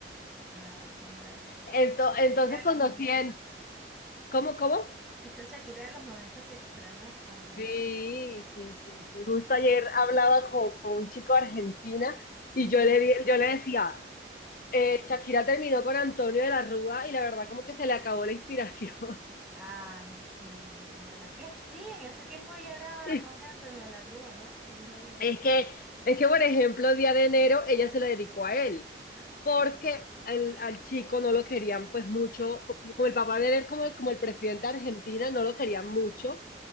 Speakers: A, in the centre; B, on the left.
A: Ay, qué maravilla.
B: Ento-
A: Shakira
B: entonces
A: de
B: conocí
A: los noventa
B: en... ¿Cómo, cómo?
A: Esa Shakira de los noventa se extraña bastante, ¿no?
B: Sí, sí, sí, sí. Justo ayer hablaba con, con un chico de Argentina y
A: Ujú.
B: yo le, di- yo le decía, eh, Shakira terminó con Antonio de la Rúa y la verdad como que se le acabó la inspiración.
A: Ay, sí, ¿verdad que sí? En ese tiempo ya era
B: <laughs>
A: nombre de Antonio de la Rúa, ¿no? El hijo de...
B: es que, es que, por ejemplo, Día de Enero ella se lo dedicó a él, porque el- al chico no lo querían pues mucho, co- como el papá de él, como el, como el presidente de Argentina, no lo querían mucho.